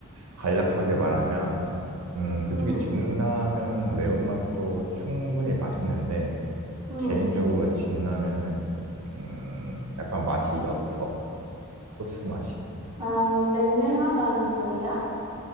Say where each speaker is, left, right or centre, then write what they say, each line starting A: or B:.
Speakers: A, on the right (about 85°); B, on the right (about 20°).
A: 간략하게 말하면, 음,
B: 음,
A: 솔직히 진라면 매운맛도 충분히 맛있는데,
B: 음,
A: 개인적으로 진라면은, 음, 약간 맛이 옅어. 소스 맛이.
B: 아, 맹맹하다는 거야?